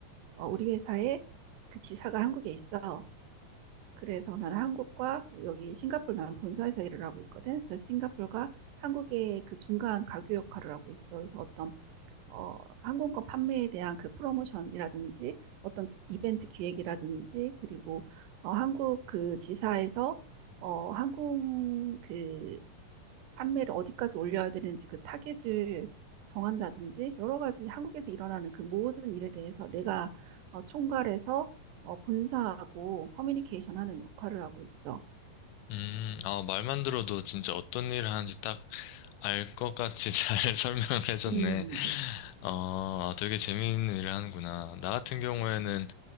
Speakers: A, on the right; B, on the left.
A: 어, 우리 회사의 그 지사가 한국에 있어. 그래서 나는 한국과 여기 싱가포르 나는 본사에서 일을 하고 있거든. 그래서 싱가포르가 한국의 그 중간 가교 역할을 하고 있어. 그래서 어떤 어, 항공권 판매에 대한 그 프로모션이라든지 어떤 이벤트 기획이라든지 그리고 어, 한국 그 지사에서 어, 항공 그 판매를 어디까지 올려야 되는지 그 타겟을 정한다든지 여러 가지 한국에서 일어나는 그 모든 일에 대해서 내가 어, 총괄해서 어, 본사하고 커뮤니케이션 하는 역할을 하고 있어.
B: 음, 아, 말만 들어도 진짜 어떤 일을 하는지 딱 알 것 같이 <laughs> 잘 설명을 해줬네.
A: 음,
B: 어, 아, 되게 재미있는 일을 하는구나. 나 같은 경우에는